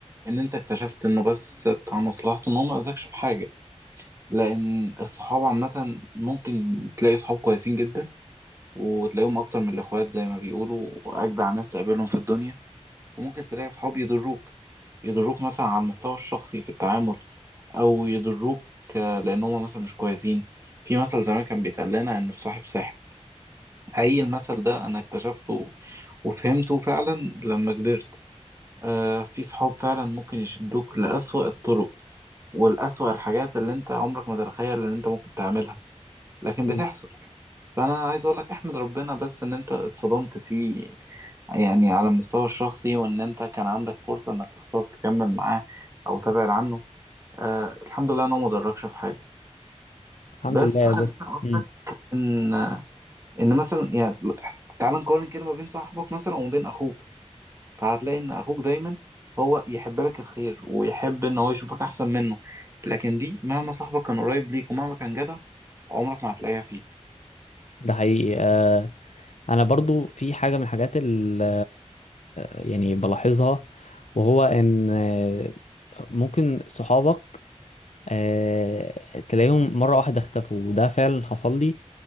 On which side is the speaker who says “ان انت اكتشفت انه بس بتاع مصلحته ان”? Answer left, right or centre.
Right